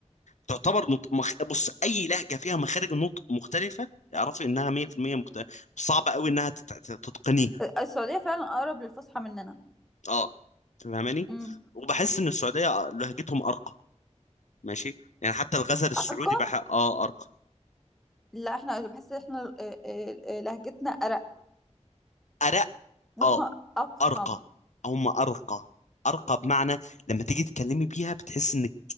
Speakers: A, on the left; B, in the centre.
A: تعتبر نط... مخ... بص اي لهجه فيها مخارج النطق مختلفه اعرفي انها 100% مختلفه صعب قوي انها تت... تت- تتقنيها
B: السعودية فعلا اقرب للفصحى مننا
A: اه فاهماني
B: مم.
A: وبحس ان السعوديه لهجتهم ارقى ماشي يعني حتى الغزل السعودي
B: ارقى
A: بح... اه ارقى
B: لا احنا بحس ان احنا آه، آه، آه، لهجتنا ارق
A: ارق
B: هم
A: اه
B: افخم
A: ارقى هم ارقى ارقى بمعنى لما تيجي تتكلمي بيها بتحس انك